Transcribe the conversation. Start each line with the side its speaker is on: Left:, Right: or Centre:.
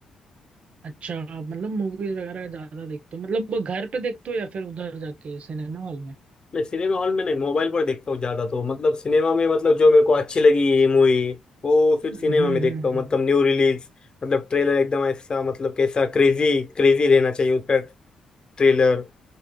Right: अच्छा आप मतलब मूवीज वगैरह ज्यादा देखते हो मतलब वो घर पे देखते हो या फिर उधर जाके सिनेमा हॉल में
Left: मैं सिनेमा हॉल में नहीं मोबाइल पर देखता हूँ ज्यादा तो मतलब सिनेमा में मतलब जो मेरे को अच्छी लगी मूवी वो फिर
Right: हम्म
Left: सिनेमा
Right: हम्म,
Left: में देखता हूँ
Right: हम्म।
Left: मतलब न्यू रिलीज मतलब ट्रेलर एकदम ऐसा मतलब कैसा क्रेजी क्रेजी रहना चाहिए उसका ट्रेलर